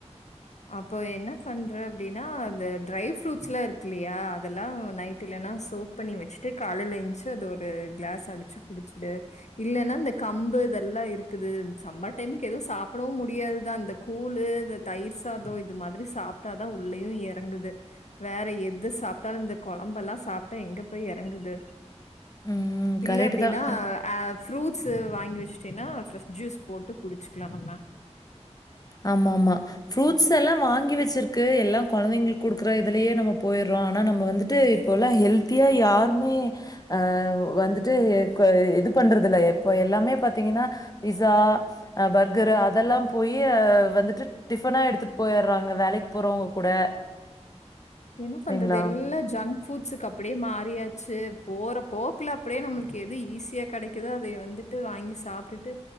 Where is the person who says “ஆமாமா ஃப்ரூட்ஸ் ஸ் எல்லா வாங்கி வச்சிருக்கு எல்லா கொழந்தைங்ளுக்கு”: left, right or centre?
Left